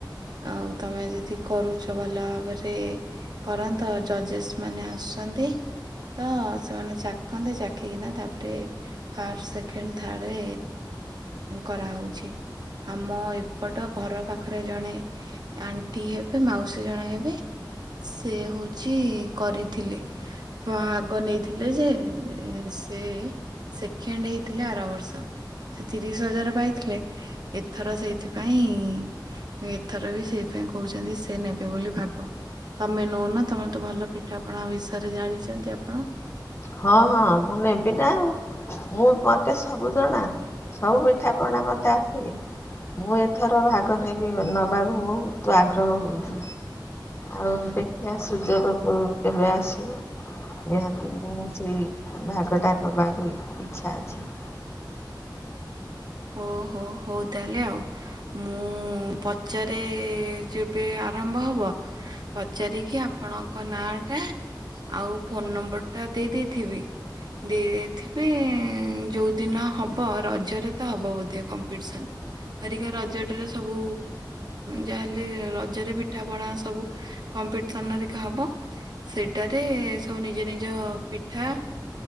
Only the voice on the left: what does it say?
ହଁ ହଁ ମୁଁ ନେବି ନା ଆଉ। ମୁଁ ମତେ ସବୁ ଜଣା। ସବୁ ପିଠା ପଣା ମତେ ଆସେ ମୁଁ ଏଥର ଭାଗ ନେବି ନେବାକୁ ବା ତୁ ଆଗ୍ରହ ହଉଛି ଆଉ ଦେଖିବା ସୁଯୋଗକୁ କେବେ ଆସିବ ନିହାତି ମୁଁ ସେଇ ଭାଗଟା ଦବାକୁ ଇଚ୍ଛା ଅଛି।